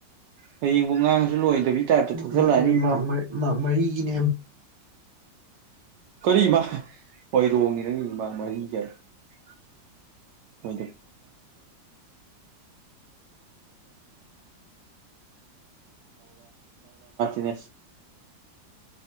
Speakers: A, on the right (about 75°); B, on the right (about 50°).
A: ꯍꯌꯦꯡꯕꯣꯛ ꯉꯥꯡꯉꯥꯅꯤ ꯂꯣꯏꯗꯕꯤꯒꯤ ꯇꯥꯏꯞꯇ ꯊꯣꯛꯆꯜꯂꯛꯑꯅꯤꯀꯣ
B: ꯑꯗꯨꯗꯤ ꯃꯥꯔꯛ ꯃꯔꯤ ꯃꯥꯔꯛ ꯃꯔꯤꯒꯤꯅꯦ
A: <inaudible> ꯍ <inaudible> <inaudible>